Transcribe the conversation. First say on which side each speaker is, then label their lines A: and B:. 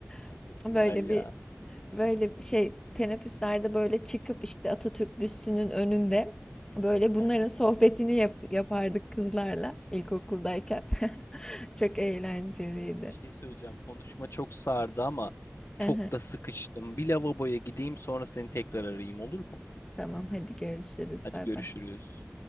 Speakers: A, on the left (about 15°); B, on the left (about 75°).
A: <laughs>
B: Çok
A: Böyle
B: güzel ya.
A: bir Böyle şey teneffüslerde böyle çıkıp işte Atatürk büstünün önünde böyle bunların
B: He he,
A: sohbetini yap- yapardık kızlarla ilkokuldayken. <laughs> Çok eğlenceliydi.
B: Bir şey söyleyeceğim. Konuşma çok sardı ama
A: <laughs>
B: çok da sıkıştım. Bir lavaboya gideyim sonra seni tekrar arayayım olur mu?
A: Tamam hadi görüşürüz.
B: Hadi
A: Bay
B: görüşürüz.
A: bay.